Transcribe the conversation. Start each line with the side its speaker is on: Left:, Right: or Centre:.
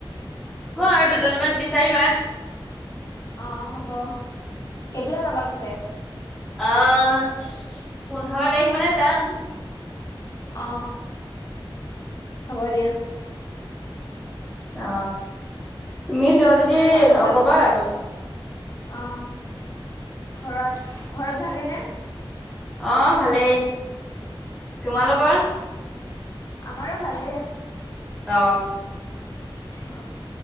Centre: হ'ব আৰু দুজনীমান বিচাৰিবা।
Left: অ হ'ব, কেতিয়া যাবা পিছে?
Centre: আহ, পোন্ধৰ তাৰিখ মানে যাম।
Left: অ, হ'ব দিয়া।
Centre: অ, তুমি যোৱা
Left: পিছে
Centre: যদি
Left: ঘৰত ভাল
Centre: কবা আৰু।
Left: অ, ঘৰত-ঘৰত ভালে নে?
Centre: অহ, ভালেই। তোমালোকৰ?
Left: অ আমাৰো ভালেই।
Centre: অ
Left: অ